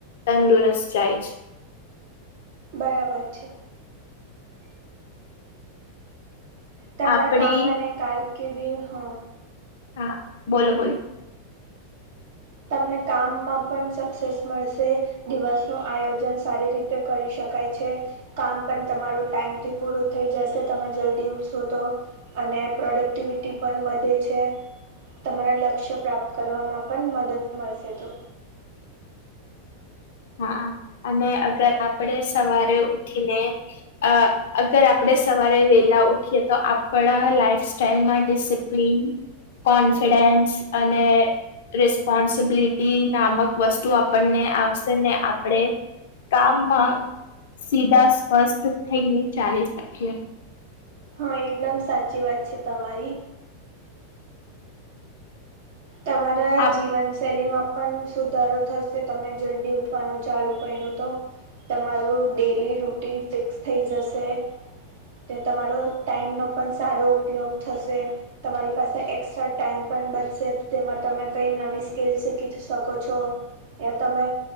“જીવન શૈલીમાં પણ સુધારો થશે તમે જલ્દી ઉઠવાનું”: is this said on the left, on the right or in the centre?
Right